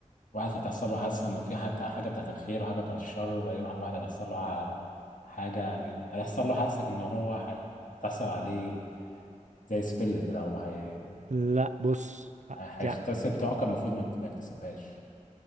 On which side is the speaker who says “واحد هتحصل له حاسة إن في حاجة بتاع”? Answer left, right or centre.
Left